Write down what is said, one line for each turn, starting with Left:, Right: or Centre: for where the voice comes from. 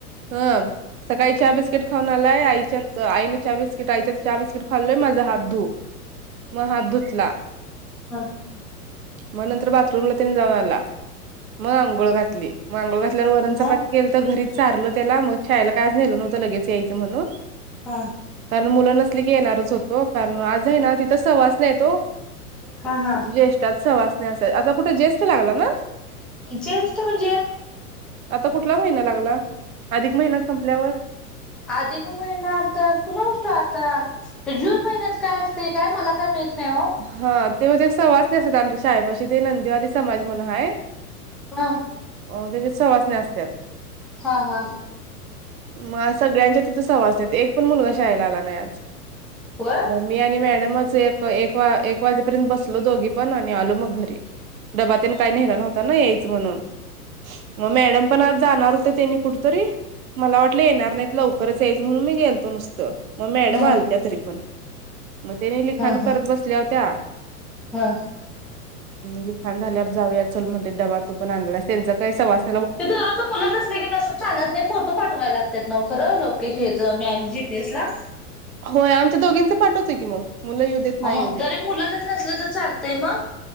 Right: हा सकाळी चहा बिस्किट खाऊन खाल्लाय आईने चहा बिस्किट आईच्यात चहा बिस्किट खाल्लोय माझ हात धु मग हात धुतला
Centre: हा
Right: मग नंतर बाथरूमला तन जाऊन आला मग आंघोळ घातली. मग अंघोळ घातल्यावर
Centre: हा
Right: वरणचापाती केलंत घरीच चारलं त्याला मग शाळेला काय आज नेलं नव्हतं लगेच यायचं म्हणून.
Centre: हा
Right: कारण मुलं नसली की येणारच होतो. कारण आज आहे ना तिथ सहवासन आहेत हो.
Centre: हा हा
Right: ज्येष्ठात सहवासन असत. आता कुठे ज्येष्ठ लागला ना.
Centre: जष्ट म्हणजे?
Right: आता कुठला महिना लागला अधिक महिना संपल्यावर
Centre: अधिक महिना तर कुणा ठाऊ आता जून महिन्यात काय असते. काय मला काय माहित. नाही हो
Right: हा तेव्हा ते सवासन असतात आमच्या शाळेपाशी. ते नंदीवाली समाज म्हणून आहे.
Centre: हा
Right: अ त्याच्यात सवासन असत्याात.
Centre: हा हा
Right: मग सगळ्यांच्या ति सवासन आहे. एक पण मुलगा शाळेला आला नाही आज.
Centre: हो हा
Right: मी आणि मॅडमच एक एक एक वाजेपर्यंत बसलो दोघी पण. आणि आलो मग घरी. डबातेन काय नेला नव्हता ना यायचं म्हणून. मग मॅडम पण आज जाणार होते त्यांनी कुठेतरी. मला वाटलं येणार नाहीत लवकरच या म्हणून मी गेलतो नुसत. मग मॅडम
Centre: हा
Right: आलत्या तरी पण. मग त्या लिखाण
Centre: हा
Right: करत बसल्या होत्या.
Centre: हा
Right: लीखण झाल्यावर जाऊया चल म्हणल डबा तुपण आणला नाहीस त्यांचा काय सवासन
Centre: ते दरोच मुलं नसले की नसल चालत नाही. फोटो पाठवाय लागतात ना खरं. ल कशी याच मॅच जितीेसला
Right: होय आमच्या दोघींच पाठवतोय की मग. मुलं येऊ देत नाही
Centre: मग
Right: येऊ देत
Centre: जरी मुलं जरी नसले तर चालतंय मग